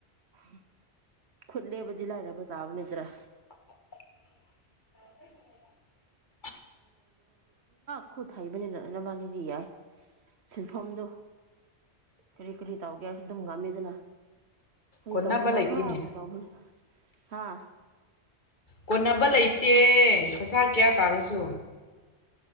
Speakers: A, on the right; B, on the left.
A: <inaudible> ꯈꯨꯂꯦꯕꯗꯤ ꯂꯥꯏꯔꯕ ꯇꯕꯅꯤꯗꯔꯥ
B: <unintelligible>
A: ꯈꯣꯠ ꯊ ꯍꯥꯏꯕꯅꯤꯅꯅ ꯃꯥꯅꯤꯗꯤ ꯌꯥꯏ ꯁꯤꯟꯐꯝꯗꯣ ꯀꯔꯤ ꯀꯔꯤ ꯇꯥꯎ ꯑꯗꯨꯝ ꯉꯝꯃꯤꯗꯅ ꯍꯧꯏꯗꯤ
B: ꯀꯣꯟꯅꯕ
A: ꯇꯧꯕ ꯃꯈꯥ
B: ꯂꯩꯇꯦꯅꯦ
A: ꯑꯇ ꯇꯧꯕꯅꯤ ꯍꯥꯥ
B: ꯀꯣꯟꯅꯕ ꯂꯩꯇꯦ ꯄꯩꯁꯥ ꯀꯌꯥ ꯇꯥꯜꯂꯁꯨ